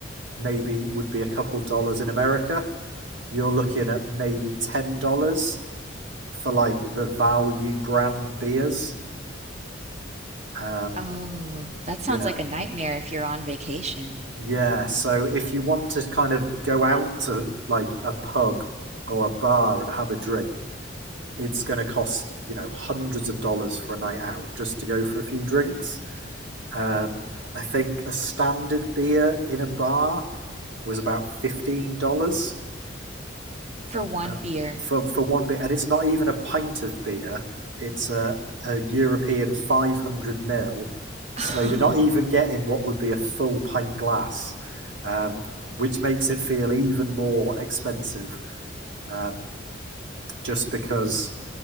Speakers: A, on the right (about 75°); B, on the right (about 35°).
A: maybe would be a couple dollars in America. You're looking at maybe ten dollars for like the value brand beers. Um,
B: Oh, that sounds
A: yeah,
B: like a nightmare if you're on vacation
A: yeah. So if you want to kind of go out to like a pub or a bar and have a drink, it's going to cost you know hundreds of dollars for a night out just to go for a few drinks. Um, I think a standard beer in a bar was about fifteen dollars.
B: for one
A: uh,
B: beer.
A: for for one beer, and it's not even a pint of beer. It's a, a European 500 mil, so
B: <laughs>
A: you're not even getting what would be a full pint glass, um, which makes it feel even more expensive. Um, just because